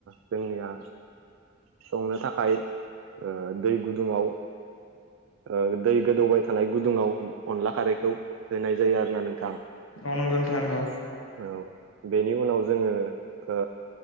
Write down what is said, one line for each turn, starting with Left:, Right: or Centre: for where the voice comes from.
Right: जों निया संनो थाखाय ओ दै गुदुङाव ओ दै गोदौबाय थानाय गुदुङाव अनला खारैखौ होनाय जायो आरो ना नोंथां।
Left: औ नंगौ नोंथां नंगौ।
Right: औ बेनि उनाव जोङो ओ